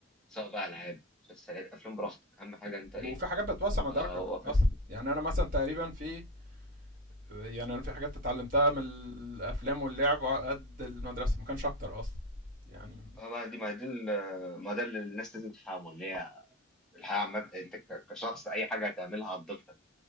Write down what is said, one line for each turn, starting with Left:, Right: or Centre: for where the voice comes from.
Centre: سواء بقى ألعاب مسلسلات أفلام براحتك أهم حاجة أنت إيه
Right: وفي حاجات بتوسع
Centre: تبقى
Right: مداركك
Centre: واخد
Right: اصلا يعني انا مثلا تقريبا في يعني انا في حاجات اتعلمتها من الافلام واللعب على قد المدرسه ما كانش اكتر اصلا يعني
Centre: اه بقى دي ما دي ال- ما ده اللي الناس لازم تفهمه إن هي الحياة عامة أنت ك- كشخص أي حاجة هتعملها هتضيفها